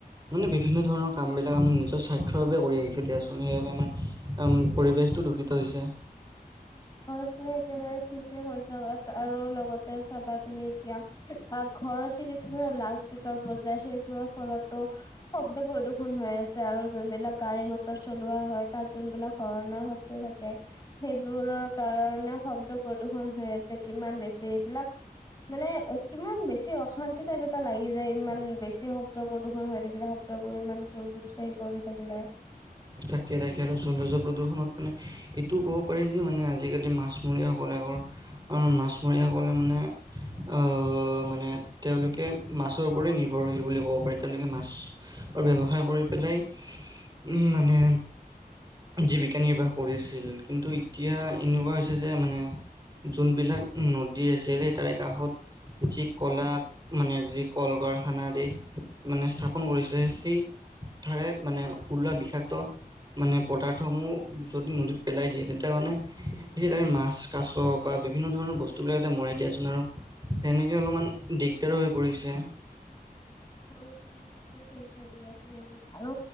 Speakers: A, on the right; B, on the left.
A: মানে বিভিন্ন ধৰণৰ কামবিলাক আমি নিজৰ স্বাৰ্থৰ বাবে কৰি আহিছো দিয়াচোন সেইবাবে আমাৰ কাম পৰিৱেশটো দূষিত হৈছে
B: হয় তুমি একেবাৰে ঠিকেই কৈছা আৰু লগতে চাবা তুমি এতিয়া ঘৰত যে কিছুমানে লাউড স্পীকাৰ বজায় সেইবোৰৰ ফলতো শব্দ প্ৰদূষন হৈ আছে আৰু যোনবিলাক গাড়ী মটৰ চলোৱা হয় তাত যোনবিলাক হৰণৰ শ ব্দ থাকে সেইবোৰৰ কাৰণে শব্দ প্ৰদূষণ হৈ আছে কিমান বেছি এইবিলাক মানে কিমান বেছি অশা ন্তি টাইপ এটা লাগি যায় ইমান বেছি শব্দ প্ৰদূষণ হৈ থাকিলে শব্দবোৰ ইমান জোৰ জোৰ চাই কৰি থাকিলে।
A: তাকে তাকে আৰু জলজ প্ৰদূষণত মানে এইটোও ক'ব পাৰি যে মানে আজিকালি মাছমৰীয়াসকলে আগৰ মাছমৰীয়াসকলে মানে আ মানে তেওঁলোকে মাছৰ ওপৰতে নিৰ্ভৰশীল বুলি ক'ব পাৰি তেওঁলোকে মাছৰ ব্যৱসায় কৰি পেলাই উম মানে জীৱিকা নিৰ্বাহ কৰিছিল, কিন্তু এতিয়া এনেকোৱা হৈছে যে মানে যোনবিলাক নদী আছিলে তাৰে কাষত যি কলা মানে যি কল কাৰখানা আদি মানে স্থাপন কৰিছে সেই তাৰে মানে ওলোৱা বিষাক্ত মানে পদাৰ্থসমূহ যদি নদীত পেলাই দিয়ে তেতিয়া মানে সেই তাৰে মাছ, কাছ বা বিভিন্ন ধৰণৰ বস্তুবিলাকতে মৰে দিয়াচোন আৰু সেনেকে অলপমান দিগদাৰো হৈ পৰিছে।
B: হয় তুমি ঠিকেই কৈছা দিয়া তুমি এইবোৰ আৰু